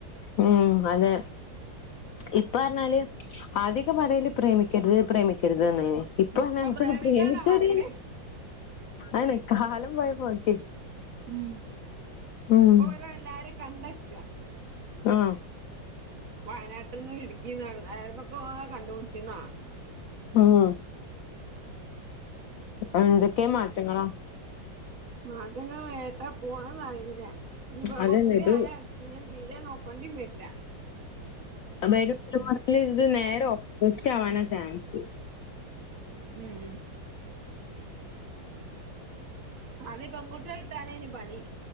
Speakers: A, on the left; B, on the right.
A: ഉം അതെ ഇപ്പ പറഞ്ഞാല് അധികമറയില് പ്രേമിക്കരുത് പ്രേമിക്കരുത് അന്ന ഇപ്പ
B: അപ്പൊ
A: എനിക്കൊന്ന്
B: പ്രേമിക്കാനാ
A: പ്രേമിച്ചോട
B: പറയണേ
A: അനെ കാലം പോയ പോക്കെ
B: ഉം
A: ഉം
B: പോല എല്ലാരും കണ്ടക്ക
A: ആഹ
B: വയനാട്ടിൽ നിന്നും ഇടുക്കിന്ന് ഏട്ന്നക്കൊ കണ്ട് പുടിച്ച്ണ
A: ആഹ അന്തക്കേ മാറ്റങ്ങളാ
B: മാറ്റങ്ങൾ ഏട്ടാ പോണന്ന് അറിയില്ല നീപ്പ
A: അതന്നെ
B: കൊറച്ചൂടി
A: ഇത്
B: ആയാൻ തീരെ നോക്കേണ്ടി വര്ല
A: വരുംലമൽ ഇത് നേരെ ഓപ്പോസിറ്റാവാന ചാൻസ്
B: ഉം ആദ്യം പെൺകുട്ടികളെ കിട്ടാനേനി പണി